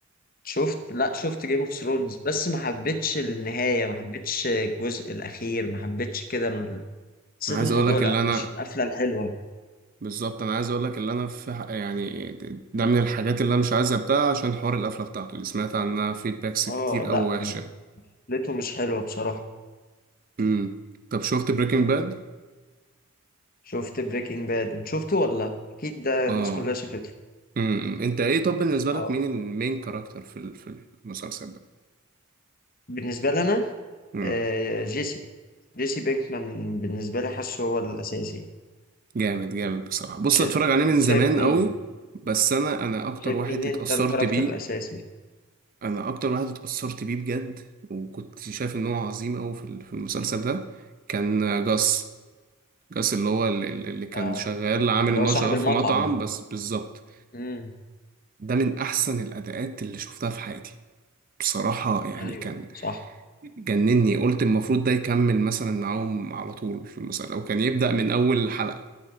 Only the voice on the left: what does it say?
شفت لا شفت جيم اوف ثرونز بس ما حبيتش النهاية ما حبيتش الجزء الاخير ما حبيتش كده حسيت
الموضوع
لا
مش القفلة الحلوة
اه
لا
قفلته مش حلوة بصراحة
شفت بريكنج باد انت شفته ولا اكيد ده الناس
كلها شافته
اه
بالنسبه لي انا
آه جيسي جيسي بينكمان بالنسبه لي حاسه هو الاساسي
شا-
شايف مين
شايف
مين انت
الكاركتر
الاساسي
آه
اللي
هو صاحب
المطعم
امم
ايوه
صح